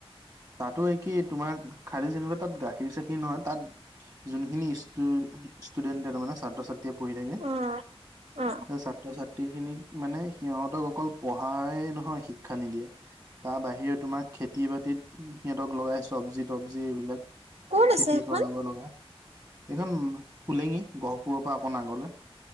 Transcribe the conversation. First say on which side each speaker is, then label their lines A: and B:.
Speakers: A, on the right; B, on the right.
A: তাতো একেই তোমাৰ খালি যেনিবা তাত গাখীৰ চাখীৰ নহয় তাত যোনখিনি ওম ষ্টুডেণ্টে তাৰ মানে ছাত্ৰ-ছাত্ৰীয়ে পঢ়ি থাকে।
B: অ অ
A: ছাত্ৰ-ছাত্ৰী খিনিক মানে সিহঁতক অকল পঢ়াই নহয় শিক্ষা নিদিয়ে। তাৰ বাহিৰে তোমাৰ খেতি-বাতিত। সিহঁতক লগাই চবজি-তবজি এইবিলাক খেতি
B: ক'ত আছে সেইখন
A: কৰাব লগায়। এইখন শোলেঙি গহপুৰৰ পৰা অকণ আগলে।